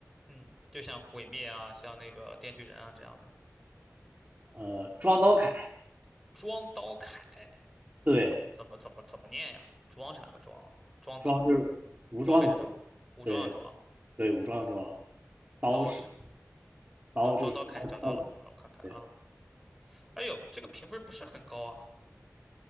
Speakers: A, in the centre; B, on the right.
A: 嗯，就像《鬼灭》啊，像那个《电锯人》啊这样的。
B: 呃，装刀凯，
A: 装刀铠
B: 对，
A: 怎么怎么怎么怎么念呀？装是哪个装啊？装的
B: 装就是武装的装，
A: 装备的装，武装的装，
B: 对对，武装的装。刀是
A: 刀是
B: 刀，
A: 啊，装刀铠找到了，
B: 就是刀刀
A: 让我看看啊。
B: 对，
A: 哎呦，这个评分不是很高啊，